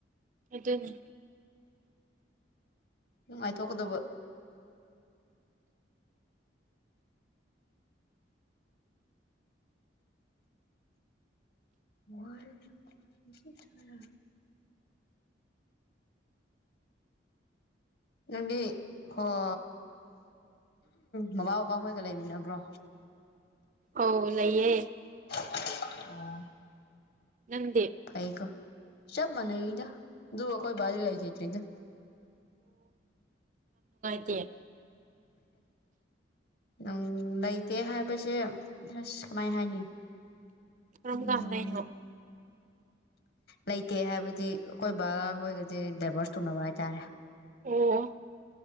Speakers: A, on the right (about 40°); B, on the left (about 55°).
A: ꯑꯗꯨꯅꯤ
B: ꯅꯨꯡꯉꯥꯏꯊꯣꯛꯀꯗꯧꯕ ꯋꯥꯔꯅꯤ ꯉꯁꯤ ꯊꯨꯅ ꯅꯪꯗꯤ ꯍꯣꯏ ꯃꯥꯃꯥ ꯕꯥꯕꯥ ꯈꯣꯏꯒ ꯂꯩꯃꯤꯟꯅꯕ꯭ꯔꯣ
A: ꯑꯧ ꯂꯩꯥꯌꯦ
B: ꯑꯣ
A: ꯅꯪꯗꯤ
B: ꯐꯩꯀꯣ ꯆꯞ ꯃꯥꯟꯅꯩꯗ ꯑꯗꯨꯕꯨ ꯈꯣꯏ ꯕꯥꯗꯤ ꯂꯩꯈꯤꯗ꯭ꯔꯦꯗ
A: ꯇꯦ
B: ꯪ ꯂꯩꯇꯦ ꯍꯥꯏꯕꯁꯦ ꯑꯁ ꯁꯨꯃꯥꯏ ꯍꯥꯏꯅꯤ
A: ꯀꯔꯝ
B: ꯎꯝ
A: ꯀꯥꯟꯗꯩꯅꯣ
B: ꯂꯩꯇꯦ ꯍꯥꯏꯕꯗꯤ ꯑꯈꯣꯏꯕ ꯍꯣꯏꯒꯗꯤ ꯗꯥꯏꯚꯣꯔꯁ ꯇꯧꯅꯕ ꯍꯥꯏꯇꯥꯔꯦ
A: ꯑꯣ